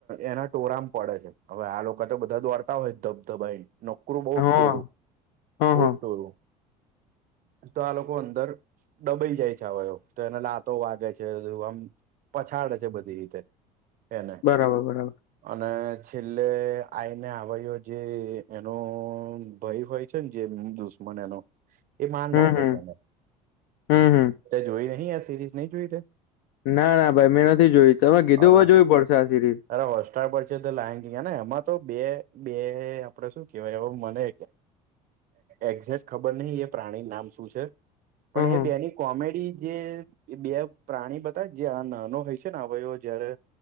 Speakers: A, on the right; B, on the left.
A: એના ટોરામ પડે છે હવે આ લોકો તો બધા દોડતા હોય જબ તો ભાઈ નોકરું બહુ
B: હા
A: જ ટોરું
B: હા
A: બહ
B: હા
A: જ ટોરું
B: <inaudible>
A: તો આ લોકો અંદર ડબાઈ જાય છેયો તો એના લાતો વાગે છે આમ પછાડ છે બધી રીતે એને
B: બરાબર બરાબર
A: અને છેલ્લે આઈને આવું જે એનો ભાઈ હોય છે ને જે દુશ્મન એનો એ માન
B: હમ
A: નાખે
B: હમ
A: છે એને
B: હમ હમ
A: જોય નહી આ સિરીઝ નહી જોય તે.
B: ના ના ભાઈ મેં નથી જોયું તમે કીધું
A: અરે
B: જોવું પડશે આ સિરિલ.
A: અરે હોટસ્ટાર પર છે તો લા ને એમાં તો બે. બે આપડે શું કેવાય એવ મને. એક્ઝેક ખબર નહ એ પ્રાણી નામ શું છે. પણ
B: હમ હમ
A: એ બેની કોમેડી જે બે પ્રાણી બતા જે આ નાનો હોય છે ને આ જયારે.